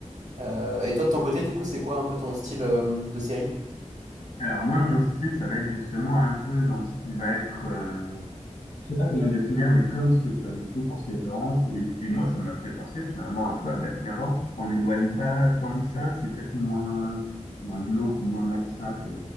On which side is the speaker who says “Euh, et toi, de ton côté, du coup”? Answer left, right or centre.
Right